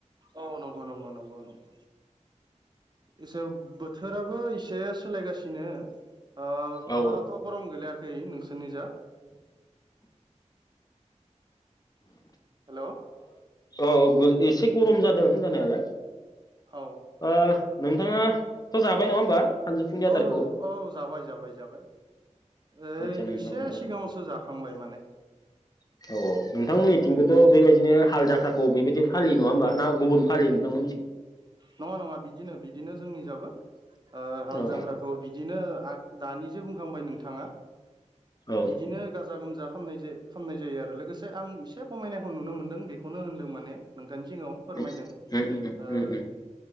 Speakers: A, on the right; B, on the left.
A: औ नंगौ नंगौ नंगौ नंगौ इसे बोथोराबो एसे सोलायगासिनो ओ
B: औ
A: बाराथ' गरम गोलोयाखै नोंसोरनि जा हेलौ
B: ओ औ एसे गरम जादों जानायालाय
A: औ
B: ओ नोंथाङा थ' जाबाय नङा होमबा सानजौफुनि आदारखौ
A: औ औ जाबाय जाबाय जाबाय ओइ
B: आदसा नोंथां
A: एसे
B: औ
A: सिगाङावसो जा खांबाय माने
B: <unintelligible> औ नोंथांमोननिथिंबोथ' बेबायदिनो हाल जांख्राखौ बेबायदि फालियो नङा होमबा ना गुबुन फालियो नोंथांमोननिथिं
A: नङा नङा बिदिनो बिदिनो जोंनि जाबो ओ हाल
B: औ
A: जांख्राखौ बिदिनो आ दानिजे बुंखांबाय नोंथाङा
B: औ
A: बिदिनो गाजा गोमजा खामनाय जायो खालामनाय जायो आरो लोगोसे आं एसे खमायनायखौ नुनो मोनदों बेखौनो होनदों माने नोंथां जिङाव फोरमायदों
B: उम
A: ओ
B: उम उम